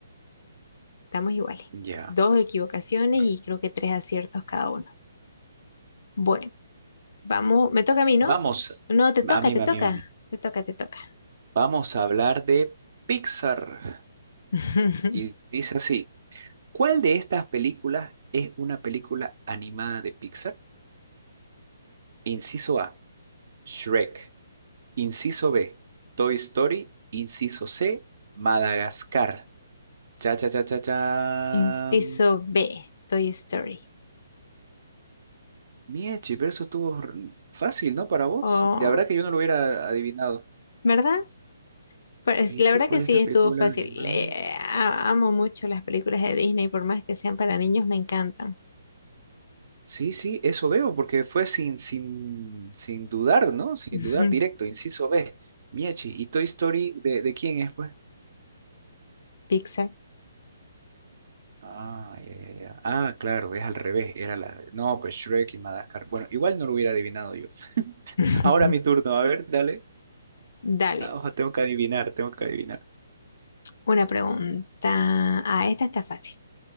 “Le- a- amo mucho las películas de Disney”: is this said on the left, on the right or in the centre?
Left